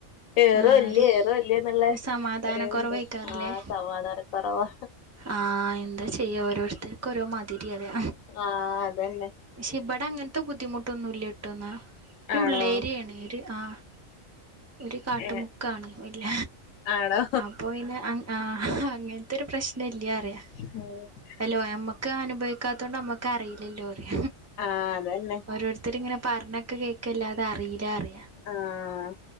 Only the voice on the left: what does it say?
കെറോ
ഇല്യ
കേറോ ഇല്യ എന്നുള്ള
ഒരു
ഇത് ആഹ് സമാധാനക്കുറവാ.
ആഹ് അതന്നെ
ആണോ
ഏഹ്
ആണോ
ഉം
ആഹ് അതന്നെ
ആഹ്